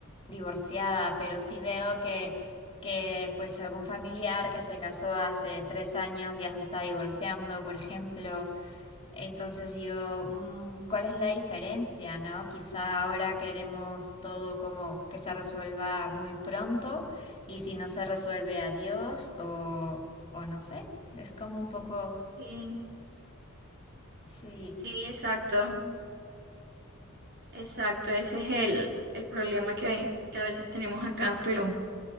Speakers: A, on the left; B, on the right.
A: divorciada, pero sí veo que, que pues algún familiar que se casó hace tres años ya se está divorciando, por ejemplo, entonces digo, mm, ¿cuál es la diferencia, no? Quizá ahora queremos todo como que se resuelva muy pronto y si no se resuelve, adiós o, o no sé. Es como un poco,
B: Sí.
A: sí.
B: Sí, exacto, exacto. Ese es el, el problema que, que a veces tenemos acá, pero